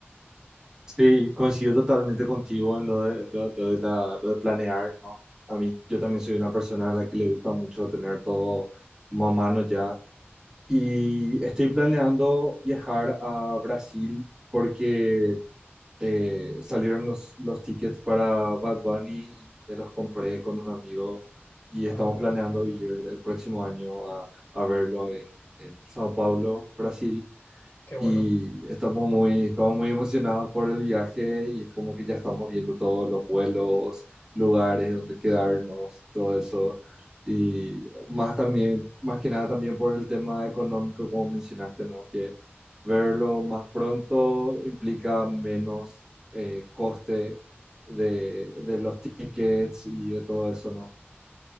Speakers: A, on the right; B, on the left.
A: Sí, coincido totalmente contigo en lo de, lo, lo de la, lo de planear, ¿no? A mí, yo también soy una persona a la que le gusta mucho tener todo como a mano ya. Y estoy planeando viajar a Brasil porque eh, salieron los, los tickets para Bad Bunny y me los compré con un amigo y
B: Ah,
A: estamos
B: bueno,
A: planeando ir el próximo año a, a verlo en, en Sao Paulo, Brasil
B: qué bueno.
A: y estamos muy, estamos muy emocionados por el viaje y es como que ya estamos viendo todos los vuelos, lugares donde quedarnos y todo eso. Y más también, más que nada también por el tema económico, como mencionaste, ¿no? Que verlo más pronto implica menos eh, coste de, de los tickets y de todo eso, ¿no?